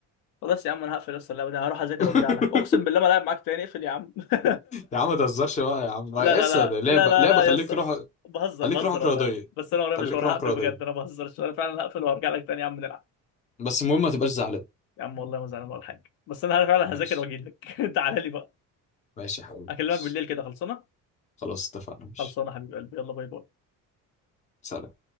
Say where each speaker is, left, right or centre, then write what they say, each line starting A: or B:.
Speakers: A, on the left; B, on the left.
A: خلاص يا عم انا هقفل يا اسطى اللعبه دي هروح اذاكر
B: <laughs>
A: وارجع لك اقسم بالله ما لعب معاك تاني اقفل يا عم <laughs>
B: يا عم ما تهزرش بقى يا عم
A: لا
B: لسه
A: لا لا
B: ده لعبه
A: لا لا
B: لعبه
A: لا
B: خليك
A: يا اسطى
B: روح
A: بهزر
B: خليك
A: بهزر
B: روحك
A: والله
B: رياضيه
A: بس انا ورايا
B: خليك
A: مشوار
B: روحك
A: هقفل
B: رياضيه
A: بجد انا بهزر انا فعلا هقفل وهرجع لك تاني يا عم نلعب
B: بس المهم ما تبقاش زعلان
A: يا عم والله ما زعلان ولا حاجه بس انا فعلا
B: ماشي
A: هذاكر واجي لك <laughs> تعالى لي بقى
B: ماشي يا حبيبي
A: اكلمك
B: ماشي
A: بالليل كده خلصانه
B: خلاص اتفقنا ماشي
A: خلصانه حبيب قلبي يلا باي باي
B: سلام